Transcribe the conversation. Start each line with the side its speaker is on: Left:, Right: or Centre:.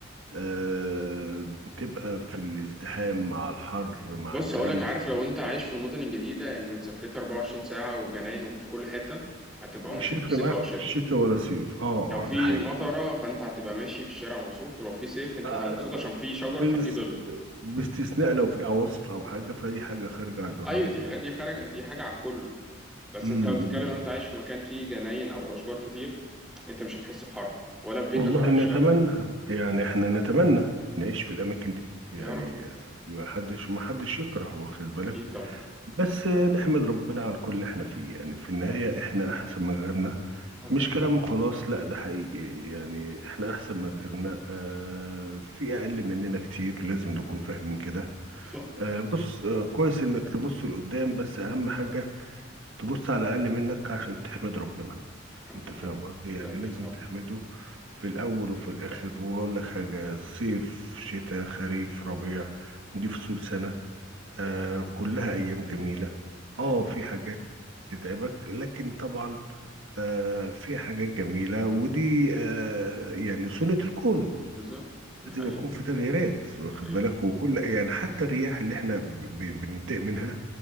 Right: آه بتبقى في الازدحام مع الحر مع
Centre: بص
Right: الكلام
Centre: هقولك عارف
Right: ده
Centre: لو انت عايش في المدن الجديدة اللي متسافرتها 24 ساعة والجناين وفي كل حتة هتبقى مبسوط
Right: مش هيفرق
Centre: بالصيف
Right: معاك
Centre: أو الشتاء
Right: شتاء ولا صيف اه
Centre: لو في
Right: اه ده حقيقي
Centre: مطرة فانت هتبقى ماشي في الشارع مبسوط ولو في صيف انت
Right: آه
Centre: هتبقى مبسوط عشان في شجر
Right: بس
Centre: ففي ظل
Right: باستثناء لو في عواصف او حاجه فدي حاجه خارجه عن ارادتنا
Centre: ايوه دي خ...
Right: بقى
Centre: دي خارج
Right: يعني
Centre: دي
Right: اه
Centre: حاجة
Right: آه.
Centre: على الكل بس
Right: أمم،
Centre: انت لو بتتكلم
Right: أمم. امم.
Centre: ان انت عايش في مكان فيه جناين او اشجار كتير انت مش هتحس بحر ولا في بيتك
Right: والله
Centre: ولا في
Right: نتمنى
Centre: الشارع
Right: يعني احنا نتمنى نعيش في الاماكن دي يعني
Centre: يا رب
Right: ما حدش ما حدش يكره واخد بالك
Centre: اكيد طبعا
Right: بس نحمد ربنا على كل اللي احنا فيه يعني في النهاية احنا احسن من غيرنا
Centre: اه طبعا
Right: مش كلام وخلاص لا ده حقيقي يعني احنا احسن من غيرنا اه في اقل مننا كتير لازم نكون فاهمين كده
Centre: صح
Right: آه، بص آه، كويس انك تبص لقدام بس اهم حاجة تبص على الاقل منك عشان تحمد ربنا
Centre: الحمد
Right: انت فاهم
Centre: لله
Right: قصدي يعني
Centre: ده اكيد
Right: لازم
Centre: طبعا
Right: تحمده في الاول وفي الاخر وهقول لك حاجه صيف شتاء خريف ربيع دي فصول سنه آه كلها ايام جميله اه
Centre: صح
Right: في حاجات بتتعبك لكن طبعا آه في حاجات جميله ودي آه يعني سنه الكون
Centre: بالظبط ده
Right: لازم
Centre: حقيقي
Right: يكون
Centre: فعلا.
Right: في تغييرات واخد
Centre: ايوه
Right: بالك وكل يعني حتى الرياح اللي احنا ب- ب- بنضايق منها